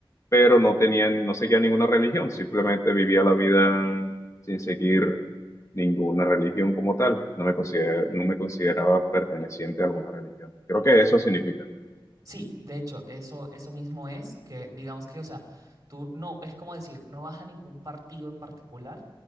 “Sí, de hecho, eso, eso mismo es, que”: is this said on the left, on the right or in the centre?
Right